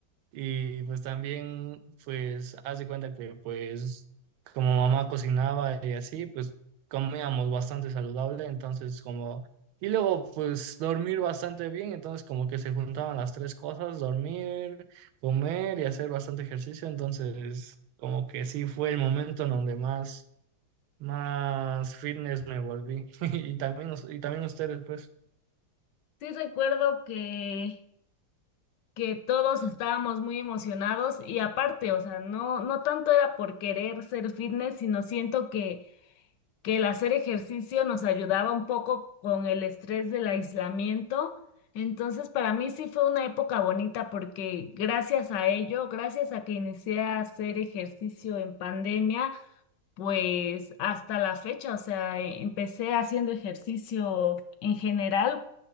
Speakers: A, on the right; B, on the left.
A: y pues también, pues, haz de cuenta que pues como mamá cocinaba y así, pues comíamos bastante saludable, entonces como, y luego pues dormir bastante bien, entonces como que se juntaban las tres cosas, dormir, comer y hacer bastante ejercicio, entonces como que sí fue el momento en donde más más fitness me volví. <laughs> Y también, us- y también ustedes, pues.
B: Sí recuerdo que, que todos estábamos muy emocionados y aparte, o sea, no, no tanto era por querer ser fitness, sino siento que, que el hacer ejercicio nos ayudaba un poco con el estrés del aislamiento. Entonces, para mí sí fue una época bonita porque gracias a ello, gracias a que inicié a hacer ejercicio en pandemia, Pues hasta la fecha, o sea, e- empecé haciendo ejercicio en general,